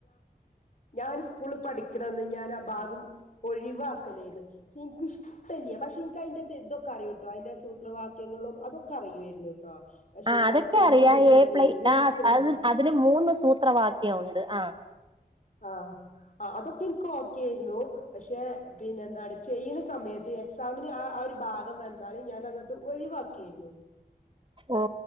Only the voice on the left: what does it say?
ഞാാന് സ്കൂള് പഠിക്കണംമന്ന് ഞാൻ ആ ഭാഗം ഒഴിവാക്കലേന്ന് പ എനിക്കഷ തല്ല്ല പക്ഷെ എനിക്ക് അതിന്റെ ഇതൊക്ക അറിയൂട്ടോ അതിന്റെ സൂത്രവാ നിങ്ങളും അതൊക്കെ അറിയുായിരുന്നു കേട്ടോ പക്ഷെ
എനിക്കത്
ചെയ്ത്
വരുമ്പോ
ഞാൻ
എങ്ങനെ
ചെയ്താലും
ആഹ ആ അതൊക്കെ എനിക്ക് ഓക്കൊയിരുന്നു പക്ഷെ പിന്നെ എന്താണ് ചെയ്യണ സമയത്ത് എക്സാമിന് ആ ആ ഒരു ഭാഗം വന്നാലും ഞാൻ അങ്ങോട്ട് ഒഴിവാക്കിയിരുന്നു